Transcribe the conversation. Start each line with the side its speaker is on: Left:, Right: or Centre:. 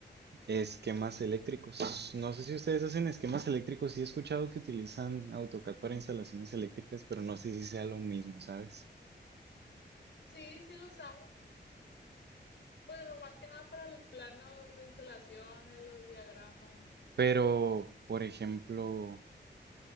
Right: esquemas eléctricos. No sé si ustedes hacen esquemas eléctricos. Sí he escuchado que utilizan AutoCAD para instalaciones eléctricas, pero no sé si sea lo mismo, ¿sabes?
Left: Sí, sí lo usamos. Pues lo más que nada para los planos de instalaciones, los diagramas.
Right: Pero, por ejemplo,